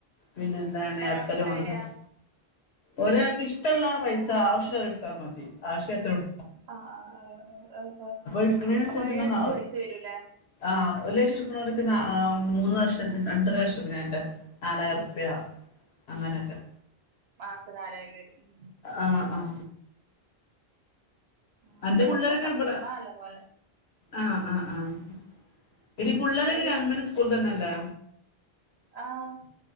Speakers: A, on the left (about 80°); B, on the right (about 85°).
A: പിന്നെ ന്താണ്
B: അപ്പൊ ഒരാൾക്ക്
A: അട്ത്ത
B: എത്ര
A: ലോണ്
B: വരാ
A: പാസ്‌ ഒരാക്ക്ഷ്ടള്ള പൈസ ആവ്ശ്ള്ളോര് എട്ത്താമതി ആവ്ശില്ലാത്തോര്
B: ആഹ് ആഹ്
A: എടുക്കണേനനുസരിച്ച്
B: അപ്പൊ <unintelligible> <unintelligible> ചേരൂലേ.
A: ആഹ് ഒര് ലക്ഷെട്ക്ക്ണോര്ക്ക് ന്നാ ആഹ് മൂന്ന് വർഷത്തി രണ്ടര വർഷത്തിനെറ്റാ. നാലായിരുർപ്യ അങ്ങനൊക്കെ.
B: മാസം നാലായിരം വരും ഉം
A: ആഹ് ആഹ്.
B: ആഹ്
A: അന്റെ
B: ഇബടെ
A: പുള്ളേരൊക്കെ
B: ഇമ്മക്കെ എടുത്ത്
A: ബടെ
B: ഇമ്മ നല്ലപോലെ
A: ആഹ് ആഹ് ആഹ് എടീ പുള്ളേരൊക്കെ
B: പിള്ളേര്
A: ഗവൺമെന്റ് സ്കൂൾ തെന്നല്ലേ
B: ആഹ്.